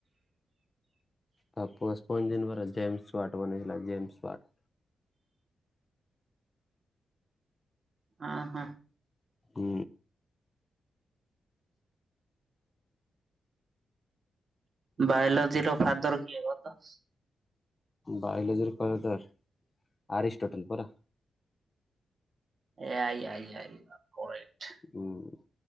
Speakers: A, on the left; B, on the right.
A: ତା ପୁଅ ସ୍ପିନର ଜେମ୍ ୱାଟ ବନେଇଥିଲା ଜେମ୍ ୱାଟ।
B: ଉଁ ହୁଁ।
A: ହୁଁ।
B: ବାୟୋଲୋଜିର ଫାଦର କିଏ କହ ତ?
A: ବାୟୋଲୋଜିର ଫାଦର ଆରିଷ୍ଟ ଟଟଲ ପରା।
B: ଏଆଇ ଆଇ ଆଇ କରେକ୍ଟ
A: ହୁଁ